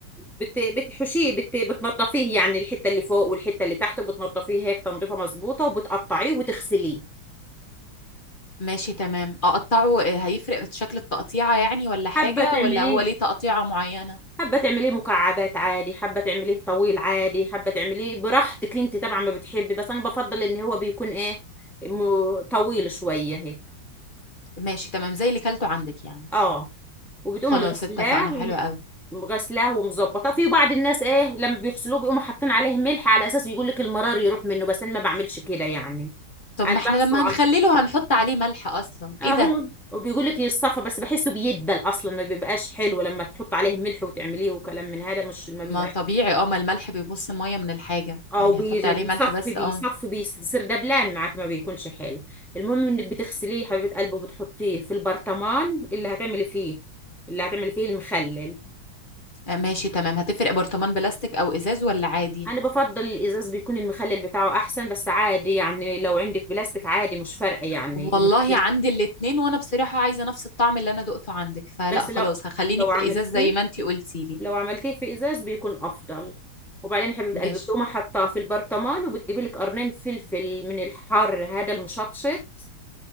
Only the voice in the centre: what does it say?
بت... بتحشيه بت... بتنضفيه يعني الحتة اللي فوق والحتة اللي تحت بتنضفيه هيك تنظيفة مظبوطة وبتقطعيه وتغسليه
حابة تعمليه
حابة تعمليه مكعبات عادي حابة تعمليه طويل عادي حابة تعمليه براحتك انت طبعا ما بتحبي بس انا بفضل ان هو بيكون ايه م... طويل شوية هيك
اه وبتقومي
غسلاه
غسلاه ومظبطاه في بعض الناس ايه لما بيغسلوه بيقوموا حاطين عليه ملح على اساس يقول لك المرار يروح منه بس انا ما بعملش كده يعني
انا
بغسله
على
اهو
وبيقول لك يصفى بس بحسه بيدبل اصلا ما بيبقاش حلو لما تحط عليه ملح وتعمليه وكلام من هذا مش ما
بيبقاش
او
بي-
بيصفي
بيصفي
بيصير دبلان معاك ما بيكونش حلو المهم انك بتغسليه يا حبيبه قلبي وبتحطيه في البرطمان اللي هتعملي فيه اللي هتعملي فيه المخلل
انا بفضل الازاز بيكون المخلل بتاعه احسن بس عادي يعني لو عندك بلاستيك عادي مش فارقه يعني
المخلل
بس
لو
لو
عملتيه
لو عملتيه في ازاز بيكون افضل وبعدين حبيبه
قلبي بتقوم حاطاه في البرطمان وبتجيبي لك قرنين فلفل من الحار هذا المشطشط